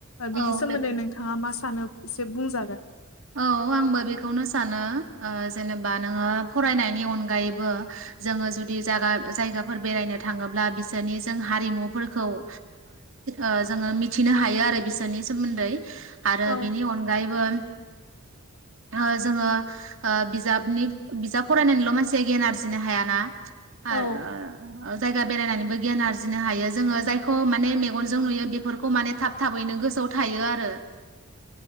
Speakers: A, on the left; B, on the right.
A: बिनि
B: औ
A: सोमोन्दै
B: बेथ'
A: नोंथाङा मास सानो एसे बुंजागोन।
B: औ आंबो बेखौनो सानो ओ जेनेबा नोंङो फरायनायनि अनगायैबो जोंङो जुदि जागा जायगाफोर बेरायनो थाङोब्ला बिसोरनि जों हारिमुफोरखौ ओ ओ जोंङो मिथिनो हायो आरो बिसोरनि सोमोन्दै। आरो
A: औ
B: बेनि अनगायैबो-' ओ जोंङो ओ बिजाबनि बिजाब फरायनानैल मानसिया गियान आरजिनो हायाना
A: औ
B: जायगा बेरायनानैबो गियान आरजिनो हायो जोंङो जायखौ माने मेगनजों नुयो बेफोरखौ माने थाब थाबैनो गोसोआव थायो आरो।